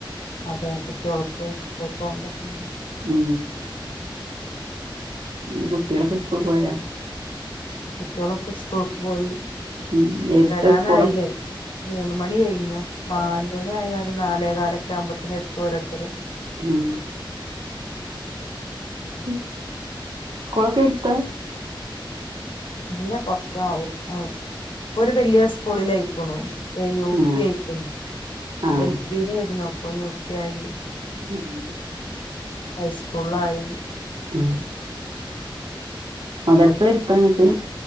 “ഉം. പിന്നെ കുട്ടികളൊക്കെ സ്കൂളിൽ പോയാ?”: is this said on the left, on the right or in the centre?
Right